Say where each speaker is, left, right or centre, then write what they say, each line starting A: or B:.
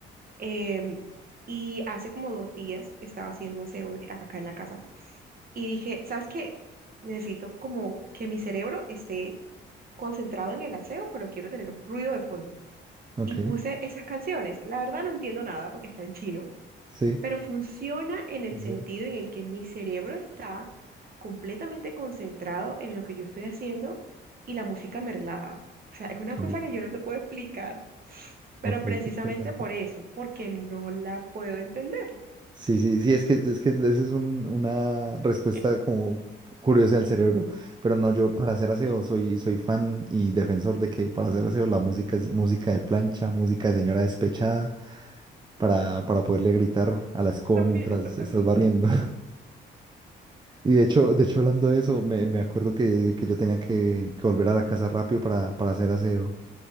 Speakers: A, on the right (about 50°); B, on the right (about 20°).
A: em, y hace como dos días estaba haciendo aseo eh, acá en la casa y dije, ¿sabes qué? Necesito como que mi cerebro esté concentrado en el aseo, pero quiero tener un ruido de fondo.
B: Ok,
A: Y puse esas canciones. La verdad no entiendo nada porque está en chino,
B: sí.
A: pero funciona en el
B: Funciona.
A: sentido en el que mi cerebro está completamente concentrado en lo que yo estoy haciendo y la música me relaja. O sea, es
B: Ok,
A: una cosa que yo no te puedo explicar, pero
B: ok, qué
A: precisamente
B: interesante.
A: por eso, porque no la puedo entender.
B: Sí, sí, sí, es que, es que esa es un- una respuesta
A: <laughs>
B: como curiosa del cerebro. Pero no, yo para hacer aseo
A: Sí,
B: soy, soy fan y defensor de que para hacer aseo la música es música de plancha, música de señora despechada, para, para poderle gritar a la escoba
A: También,
B: mientras
A: eso también.
B: estás barriendo. Y de hecho, de hecho hablando de eso, me, me acuerdo que, que yo tenía que, que volver a la casa rápido para, para hacer aseo.